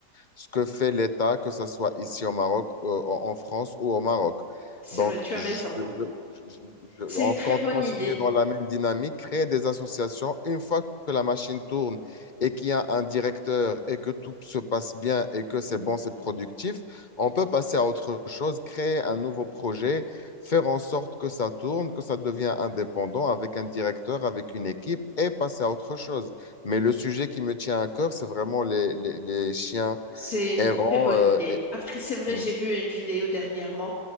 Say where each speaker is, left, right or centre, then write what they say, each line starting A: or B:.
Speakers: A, on the left (about 45°); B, on the left (about 60°).
A: ce que fait l'État, que ce soit ici au Maroc, euh, en en France ou au Maroc.
B: C'est
A: Donc,
B: vrai, tu as
A: je-
B: raison.
A: je- je- je-
B: C'est
A: on
B: une très
A: compte
B: bonne
A: continuer
B: idée.
A: dans la même dynamique, créer des associations. Une fois que la machine tourne et qu'il y a un directeur et que tout se passe bien et que c'est bon, c'est productif on peut passer à autre chose, créer un nouveau projet, faire en sorte que ça tourne, que ça devient indépendant avec un directeur, avec une équipe et passer à autre chose. Mais le sujet qui me tient à cœur, c'est vraiment les, les, les chiens
B: C'est une
A: errants.
B: très bonne
A: euh,
B: idée.
A: et-
B: Après, c'est vrai,
A: mm,
B: j'ai vu une vidéo dernièrement.